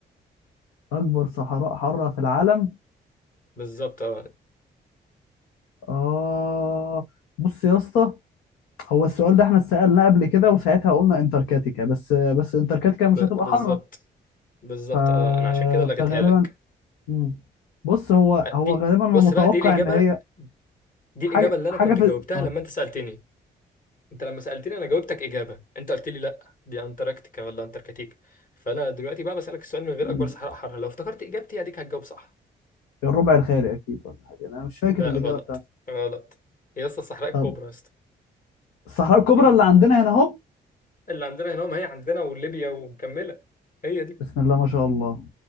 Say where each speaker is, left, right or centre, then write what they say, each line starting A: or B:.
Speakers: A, on the left; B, on the left.
A: اكبر صحراء حاره في العالم
B: بالظبط اه
A: اه بص يا اسطى هو السؤال ده احنا اتسألناه قبل كده وساعتها قلنا انتاركتيكا بس بس انتاركتيكا مش
B: ب...
A: هتبقى
B: بالظبط
A: حاره
B: بالظبط
A: ف...
B: اه انا عشان كده لغيتها
A: فغالبا
B: لك
A: مم. بص هو هو
B: دي
A: غالبا انا
B: بص
A: متوقع
B: بقى دي الاجابه
A: ان هي
B: دي
A: حاجه
B: الاجابه اللي انا
A: حاجه
B: كنت
A: في
B: جاوبتها
A: اه
B: لما انت سالتني انت لما سألتني انا جاوبتك اجابة انت قلت لي لا دي انتاركتيكا ولا انتاركتيكا فانا دلوقتي بقى بسألك السؤال من غير
A: مم.
B: اكبر صحراء حارة لو افتكرت اجابتي هديك هتجاوب صح
A: الربع الخالي اكيد ولا حاجه انا مش فاكر
B: لا
A: الاجابه
B: غلط
A: بتاعته
B: غلط يا اسطى الصحراء الكبرى
A: طب
B: يا اسطى
A: الصحراء الكبرى
B: دي اللي
A: اللي عندنا هنا اهو
B: اللي عندنا هنا ما هي عندنا وليبيا ومكملة هي دي
A: بسم الله ما شاء الله